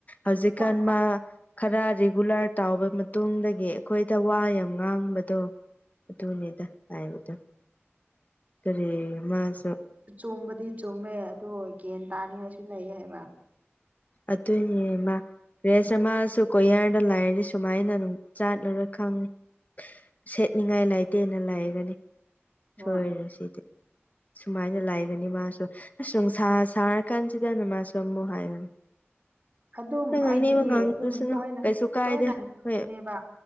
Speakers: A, on the left; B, on the right.
A: ꯍꯧꯖꯤꯛꯀꯥꯟ
B: ꯍꯣꯏ
A: ꯃꯥ ꯈꯔ ꯔꯤꯒꯨꯂꯔ ꯇꯥꯎꯕ ꯃꯇꯨꯡꯗꯒꯤ ꯑꯩꯈꯣꯏꯗ ꯋꯥ ꯌꯥꯝ ꯉꯥꯡꯕꯗꯣ ꯑꯗꯨꯅꯦꯗ ꯍꯥꯏꯕꯗꯣ ꯀꯔꯤ ꯃꯥꯁꯨ
B: ꯆꯨꯝꯕꯗꯤ ꯆꯨꯝꯃꯦ ꯑꯗꯣ ꯒ꯭ꯌꯥꯟ ꯇꯥꯅꯤꯡꯉꯥꯏꯁꯨ ꯂꯩ ꯍꯥꯏꯕ
A: ꯑꯗꯨꯅꯦ ꯃꯥ ꯔ꯭ꯔꯦꯁ ꯑꯃꯁꯨ ꯀꯣꯌꯥꯔꯗ ꯂꯥꯏꯔꯗꯤ ꯁꯨꯃꯥꯏꯅ ꯑꯗꯨꯝ ꯆꯥꯠꯂꯨꯔ ꯈꯪꯉꯦ ꯁꯦꯠꯅꯤꯡꯉꯥꯏ ꯂꯩꯇꯦꯅ ꯂꯥꯏꯒꯅꯤ
B: ꯍꯣꯏ
A: ꯁꯣꯏꯔꯦ ꯁꯤꯗꯤ ꯁꯨꯃꯥꯏꯅ ꯂꯩꯒꯅꯤ ꯃꯥꯁꯨ ꯑꯁꯨꯝ ꯁꯥꯔꯀꯥꯟꯁꯤꯗꯅ ꯃꯥꯁꯨ ꯑꯃꯨꯛ ꯍꯥꯏꯌꯨꯅꯤ
B: ꯑꯗꯨꯝ
A: ꯍꯣꯏ ꯉꯥꯡꯅꯤꯡꯕ
B: ꯑꯩꯒꯤꯗꯤ
A: ꯉꯥꯡꯗꯁꯅꯨ
B: ꯑꯗꯨꯝ ꯇꯣꯏꯅ
A: ꯀꯩꯁꯨ ꯀꯥꯏꯗꯦ
B: ꯇꯣꯏꯅ
A: ꯍꯣꯏ
B: ꯅꯦꯕ